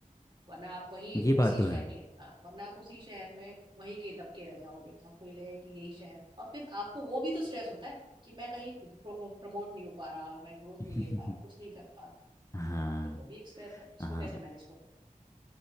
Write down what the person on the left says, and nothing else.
ये बात
तो
है
<laughs>
हाँ
हाँ